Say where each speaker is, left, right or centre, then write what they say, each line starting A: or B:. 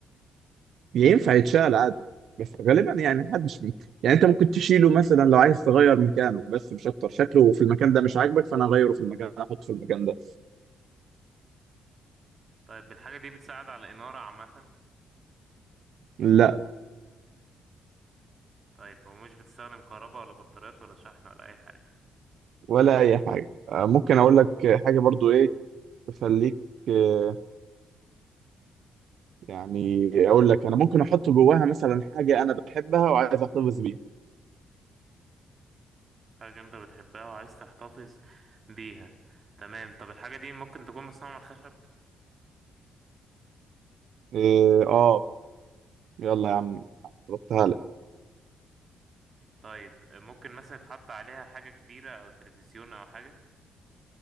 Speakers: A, on the right; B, on the right.
A: ينفع يتشال عادي بس غالبا يعني محدش بي يعني انت ممكن تشيله مثلا لو عايز تغير مكانه بس مش اكتر شكله في المكان ده مش عاجبك فانا اغيره في المكان احطه في المكان ده
B: طيب الحاجة دي بتساعد على إنارة عامة
A: لا
B: طيب ومش بتستخدم كهرباء ولا بطاريات ولا شحن ولا أي حاجة
A: ولا اي حاجه آه، ممكن اقول لك حاجه برضو ايه تخليك آه، يعني اقول لك انا ممكن احط جواها مثلا حاجه انا بحبها وعايز احتفظ بيها
B: حاجة أنت بتحبها وعايز تحتفظ بيها تمام طب الحاجة دي ممكن تكون مصنوعة من الخشب
A: إيه، اه يلا يا عم ربطها لك
B: طيب آه، ممكن مثلا يتحط عليها حاجة كبيرة أو تلفزيون أو حاجة